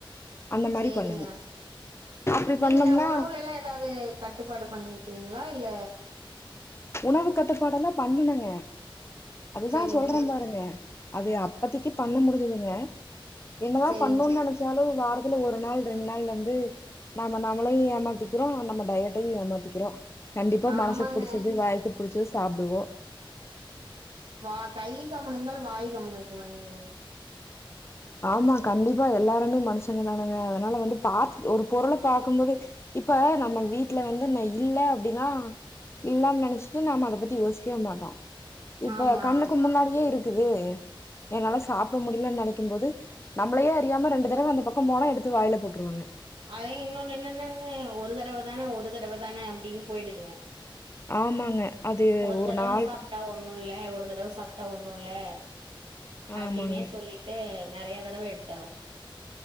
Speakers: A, on the left; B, on the right.
A: அந்த மாரி
B: சேரிங்க
A: பண்ணுங்க அப்டி
B: நீங்க
A: பண்ணோம்னா
B: உணவுலல்லா ஏதாவது கட்டுப்பாடு பண்ணிருக்றீங் லா இல்ல
A: உணவு கட்டுப்பாடல்லா பண்ணுனங்க அதுதா
B: சரிங்க,
A: சொல்றே பாருங்க அது அப்பத்தைக்கு பண்ண முடிஞ்சுதுங்க என்னதா
B: சரிங்க.
A: பண்ணூ நெனைச்சாலு வார துல ஒரு நாள் ரெண்ட் நாள் வந்து நாமே நம்மளையூ ஏமாத்திக்றோ நம்ம டயட்டையூ ஏமாத்திக்றோ கண்டிப்பா
B: ஆமாங்க.
A: மனசுக் புடிச் இது வாய்க்குப் புடிச்சத சாப்டுவோ
B: வா கை கம்முன் இருந்தாலு வாய் கம்முனு இருக்க மாடேங்குதுங்க
A: ஆமா கண்டிப்பா எல்லாருமே மனுஷங்க தானுங்க அதனால வந்து பாத் ஒரு பொருள பாத் க்கும் போது இப்ப நம்ம வீட்ல வந்து நா இல்ல அப்டின்னா இல்லேன் நெனச்சிட்டு நம்ம அத பத்தி யோசிக்கவே மாட்டோ இப்ப
B: ஆமா.
A: கண்ணுக்கு முன்னாடியே இருக் க்குது என்னால சாப்ட முடில நெனைக் க்கும் போது நம்மளயே அறியாம ரெண்டு தடவ அந்த பக்கோ போனா எடுத்து வாயில போட்ருவங்க
B: அதே இன்னொன்னு என்னன்னாங்க ஒரு தடவ தான ஒரு தடவ தான அப்டின்னு போயிடுதுங்க
A: ஆமாங்க அது
B: ஒரு தடவ
A: நாள்
B: சாப்ட்டா ஒண்ணுல்ல ஒரு தடவ சாப் ட்டா ஒண்ணுல்ல அப்டின்னே
A: ஆமாங்க
B: சொல்லிட்டு நெறயா தடவ எடுத்தர்ரோ